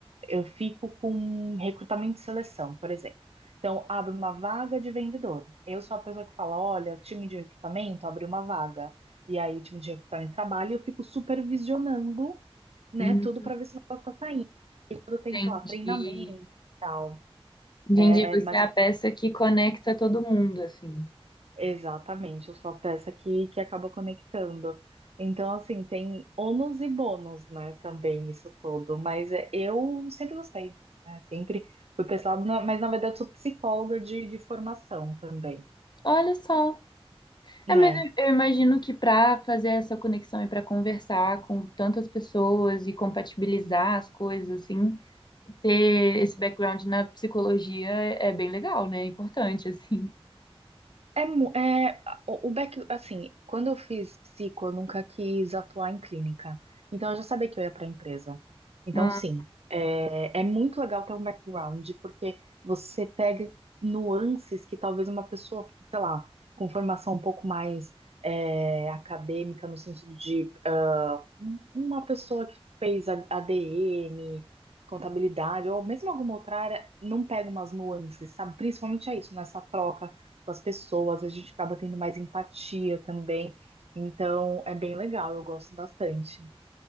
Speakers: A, on the right; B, on the left.
A: eu fico com recrutamento e seleção, por exemplo. Então, abre uma vaga de vendedor. Eu sou a pessoa que fala, olha, time de recrutamento abriu uma vaga. E aí, o time de recrutamento trabalha e eu fico supervisionando, né,
B: Hum,
A: tudo para ver se o negócio está saindo. E quando tem,
B: entendi.
A: sei lá, treinamento e tal.
B: Entendi,
A: É,
B: você
A: é mais
B: é a
A: ou
B: peça que conecta todo mundo, assim.
A: Exatamente, eu sou a peça que, que acaba conectando. Então, assim, tem ônus e bônus, né, também nisso todo. Mas é, eu sempre gostei, né? Sempre fui pessoal, mas na verdade sou psicóloga de, de formação também,
B: Olha só.
A: né?
B: É, mas eu, eu imagino que para fazer essa conexão e para conversar com tantas pessoas e compatibilizar as coisas, assim, ter esse background na psicologia é bem legal, né? É importante, assim.
A: É, mu- é, o, o back, assim, quando eu fiz psico, eu nunca quis atuar em clínica. Então eu já sabia que eu ia para a empresa. Então,
B: Ah,
A: sim, é, é muito legal ter um background, porque você pega nuances que talvez uma pessoa, sei lá, com formação um pouco mais é, acadêmica, no sentido de um- uma pessoa que fez a- ADM, contabilidade, ou mesmo alguma outra área, não pega umas nuances, sabe? Principalmente é isso, nessa troca com as pessoas, a gente acaba tendo mais empatia também. Então, é bem legal, eu gosto bastante.